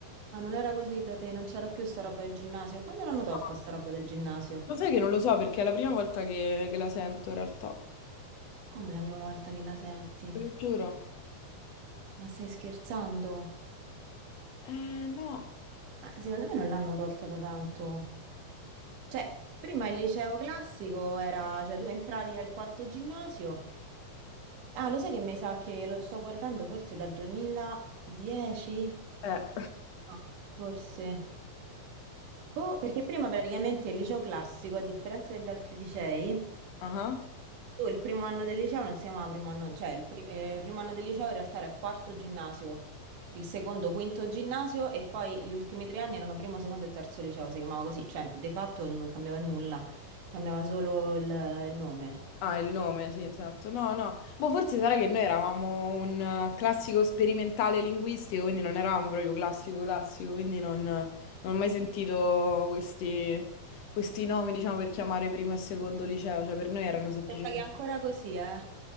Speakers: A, on the right; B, on the left.
A: Ah, non era così da te, non c'era più sta roba del ginnasio. Quando l'hanno
B: No,
A: tolta sta roba del ginnasio?
B: Lo sai che non lo so perché è la prima volta che, che la sento in realtà,
A: Come la prima volta che la senti?
B: te lo giuro.
A: Ma stai scherzando?
B: Eh, no.
A: Ma secondo me non l'hanno tolta da tanto. Cioè, prima il liceo classico era... Cioè, tu entravi al quarto ginnasio... Ah, lo sai che mi sa che lo sto guardando forse dal 2010?
B: Eh.
A: No, Forse. Boh, perché prima praticamente il liceo classico, a differenza degli altri licei,
B: Ah,
A: tu il primo anno del liceo non si chiamava primo anno, cioè il pri- eh, primo anno del liceo in realtà era il quarto ginnasio, il secondo, quinto ginnasio e poi gli ultimi tre anni erano primo, secondo e terzo liceo, si chiamava così, cioè di fatto non cambiava nulla, cambiava solo il il nome.
B: ah, il nome, sì, esatto. No, no. Boh, forse sarà che noi eravamo un eh, classico sperimentale linguistico, quindi non eravamo proprio classico classico, quindi non, non ho mai sentito questi, questi nomi, diciamo, per chiamare primo e secondo liceo. Cioè, per noi erano semplicemente...
A: Pensa che è ancora così, eh.